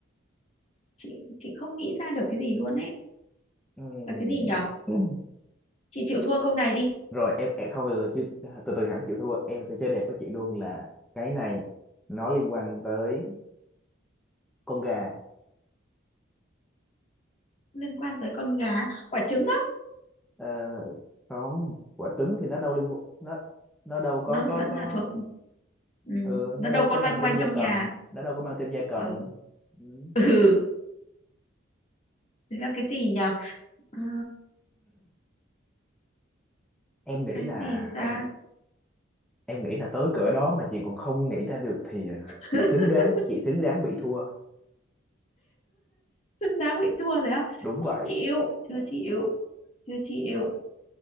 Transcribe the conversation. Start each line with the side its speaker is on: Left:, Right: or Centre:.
Left: chị chị không nghĩ ra được cái gì luôn ấy
Centre: Ừm.
Left: là cái gì nhở
Centre: <clears throat> Ừm.
Left: chị chịu thua câu này đi
Centre: Rồi em, em không từ từ chứ từ từ hẳn chịu thua em sẽ chơi đẹp với chị luôn là cái này nó liên quan tới con gà
Left: liên quan tới con gà quả trứng á
Centre: Ờ, không quả trứng thì nó đâu liên quan- nó nó đâu có
Left: nó
Centre: có
Left: vẫn
Centre: có
Left: là thuộc ừ,
Centre: ừ,
Left: nó
Centre: nó đâu
Left: đâu
Centre: có
Left: có loanh
Centre: mang tên
Left: quanh
Centre: gia
Left: trong
Centre: cầm
Left: nhà
Centre: nó đâu có mang tên gia cầm
Left: ừ.
Centre: Ừ.
Left: ừ thế là cái gì nhỉ Ờ,
Centre: em nghĩ
Left: cái
Centre: là
Left: gì ta
Centre: em nghĩ là tới cửa đó mà chị còn không nghĩ ra được thì ờ,
Left: <laughs>
Centre: chị xứng đáng chị xứng đáng bị thua
Left: đáng bị thua rồi á
Centre: đúng
Left: không
Centre: vậy
Left: chịu chưa chịu chưa chịu